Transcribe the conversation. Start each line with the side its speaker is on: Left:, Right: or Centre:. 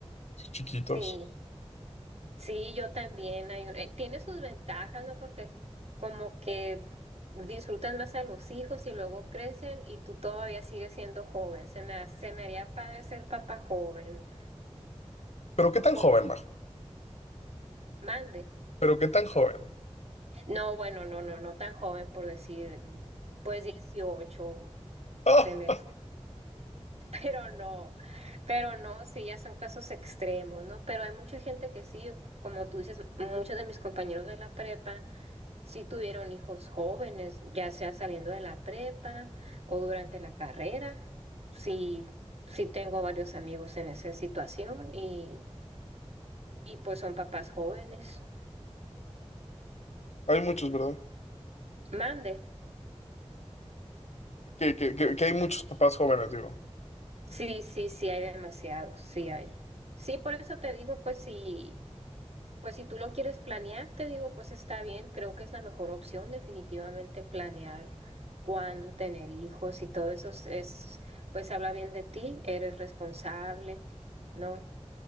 Left: chiquitos.
Right: Sí, sí, yo también. Hay un- eh, tiene sus ventajas, ¿no? Porque como que disfrutan más a los hijos y luego crecen y tú todavía sigues siendo joven. Se me, ha- se me haría padre ser papá joven.
Left: Pero qué tan
Right: Po-
Left: joven, majo,
Right: Mande.
Left: pero qué tan joven.
Right: No, bueno, no, no, no tan joven por decir, pues 18
Left: <laughs>
Right: se me
Left: Ah,
Right: Pero no, pero no, sí, ya son casos extremos, ¿no? Pero hay mucha gente que sí, como tú dices, muchos de mis compañeros de la prepa sí tuvieron hijos jóvenes, ya sea saliendo de la prepa o durante la carrera. Sí, sí tengo varios amigos en esa situación y, y pues son papás jóvenes.
Left: hay muchos, ¿verdad?
Right: Mande.
Left: Que, que, que, que hay muchos papás jóvenes, digo.
Right: Sí, sí, sí hay demasiados, sí hay. Sí, por eso te digo, pues sí. Pues si tú lo quieres planear, te digo, pues está bien, creo que es la mejor opción definitivamente planear cuándo tener hijos y todo eso es, es, pues habla bien de ti, eres responsable, ¿no?